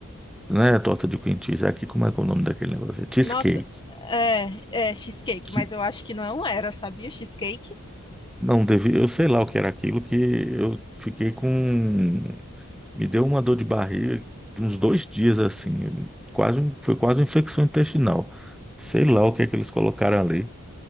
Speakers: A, in the centre; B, on the left.
A: Não é torta de cream cheese, é aqui como é que é o nome daquele negócio? É cheesecake.
B: Nossa, é, é cheesecake,
A: Que
B: mas eu acho que não era, sabia? Cheesecake.
A: não devia, eu sei lá o que era aquilo, que eu fiquei com. Me deu uma dor de barriga de uns dois dias assim. Quase, um- foi quase uma infecção intestinal. Sei lá o que é que eles colocaram ali.